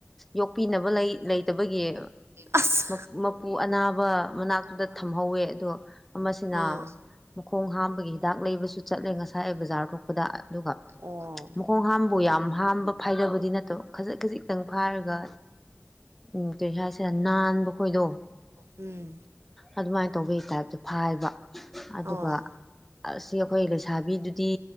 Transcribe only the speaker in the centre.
ꯌꯣꯛꯄꯤꯅꯕ ꯂꯩ ꯂꯩꯇꯕꯒꯤ
ꯃ ꯃꯄꯨ ꯑꯅꯥꯕ ꯃꯅꯥꯛꯇꯨꯗ ꯊꯝꯍꯧꯋꯦ ꯑꯗꯣ ꯑꯃꯁꯤꯅ
ꯃꯈꯣꯡ ꯍꯥꯝꯕꯒꯤ ꯍꯤꯗꯥꯛ ꯂꯩꯕꯁꯨ ꯆꯠꯂꯦ ꯉꯁꯥꯏ ꯑꯩ ꯕꯖꯥꯔ ꯊꯣꯛꯄꯗ ꯑꯗꯨꯒ
ꯃꯈꯣꯡ ꯍꯥꯝꯕꯨ ꯌꯥꯝ ꯍꯥꯝꯕ ꯐꯥꯏꯗꯕꯗꯤ ꯅꯠꯇꯕ ꯈꯖꯤꯛ ꯈꯖꯤꯛ ꯈꯤꯇꯪ ꯐꯥꯏꯔꯒ ꯎꯝ ꯀꯔꯤ ꯍꯥꯏꯁꯤꯔꯥ ꯅꯥꯟꯕ ꯈꯣꯏꯗꯣ
ꯑꯗꯨꯃꯥꯏꯅ ꯇꯧꯕꯩ ꯇꯥꯏꯞꯇ ꯐꯥꯏꯕ ꯑꯗꯨꯒ
ꯑꯁꯤ ꯑꯩꯈꯣꯏ ꯂꯩꯁꯥꯕꯤꯗꯨꯗꯤ